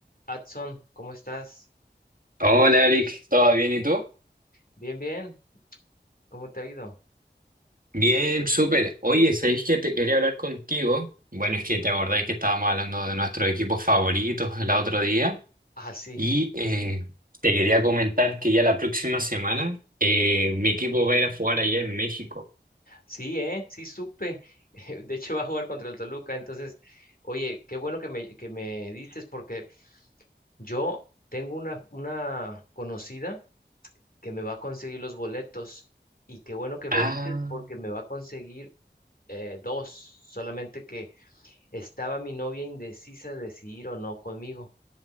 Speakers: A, on the left (about 50°); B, on the right (about 50°).
A: Adson, ¿cómo estás?
B: Hola Eric, ¿todo bien y tú?
A: Bien, bien. ¿Cómo te ha ido?
B: Bien, súper. Oye, ¿sabéis que te quería hablar contigo? Bueno, es que te acordáis que estábamos hablando de nuestros equipos favoritos el otro día
A: Ah, sí.
B: y eh, te quería comentar que ya la próxima semana eh, mi equipo va a ir a jugar allá en México.
A: Sí, ¿eh? Sí, supe. <laughs> De hecho, va a jugar contra el Toluca. Entonces, oye, qué bueno que me, que me dices porque yo tengo una, una conocida que me va a conseguir los boletos y qué bueno que me
B: Ah,
A: dices porque me va a conseguir eh, dos. Solamente que estaba mi novia indecisa de si ir o no conmigo.